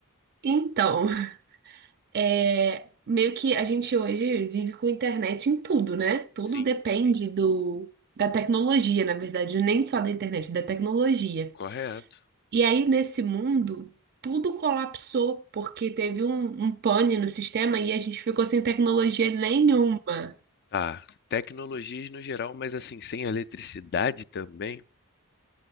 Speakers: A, on the right (about 45°); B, on the left (about 50°).
A: Então, <laughs> é, meio que a gente hoje vive com internet em tudo, né? Tudo
B: Sim.
A: depende do, da tecnologia, na verdade, nem só da internet, da tecnologia.
B: Correto.
A: E aí, nesse mundo, tudo colapsou porque teve um, um pane no sistema e a gente ficou sem tecnologia nenhuma.
B: Tá, tecnologias no geral, mas assim, sem eletricidade também?